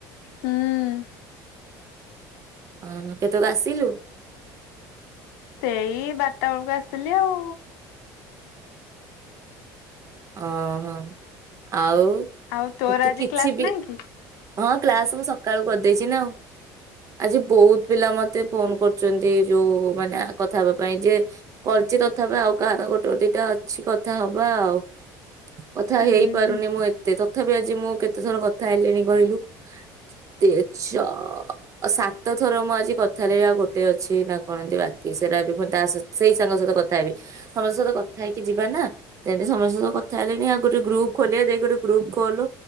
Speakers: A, on the left; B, on the right.
A: ହୁଁଉଁ
B: ଅହଁ କେତକ ଆସିଲୁ।
A: ସେଇ ବାରଟା ବେଳକୁ ଆସଥିଲି ଆଉ।
B: ଓ ହ ଆଉ।
A: ଆଉ ତୋର
B: ତୁ
A: ଆଜି
B: କିଛି
A: କ୍ଲାସ
B: ବି
A: ନାହିଁକି।
B: ହଁ କ୍ଲାସ ମୁଁ ସକାଳୁ କରିଦେଇଛି ନା ଆଉ ଆଜି ବହୁତ ପିଲା ମତେ ଫୋନ କରୁଛନ୍ତି ଯୋଉ ମାନେ କଥା ହବା ପାଇଁ ଯେ କରିଛି ତଥାପି ଆଉ କାହାର ଗୋଟେ ଦିଟା ଅଛି କଥା ହବା ଆଉ। କଥା
A: ହୁଁ
B: ହେଇପାରୁନି
A: ହୁଁ।
B: ମୁ ଏତେ ତ ତଥାପି ଆଜି ମୁଁ କେତେ ଥର କଥା ହେଲିଣି କହିଲୁ ତି ଛ ସାତ ଥର ମୁଁ ଆଜି କଥା ହେଲିବି ଆଉ ଗୋଟେ ଅଛି ନା କଣ ଏନ୍ତି ବାକି ସେଟା ଏବେ ପୁଣି ତା ସେଇ ସାଙ୍ଗ ସହିତ କଥା ହେବି ସମସ୍ତଙ୍କ ସହିତ କଥା ହେଇକି ଯିବା ନା ଯେନ୍ତି ସମସ୍ତଙ୍କ ସହ। କଥା ହେଲେଣି ଆଉ ଗୋଟେ ଗ୍ରୁପ ଖୋଲିବା ଦେଇ ଗୋଟେ ଗ୍ରୁପ ଖୋଲୋ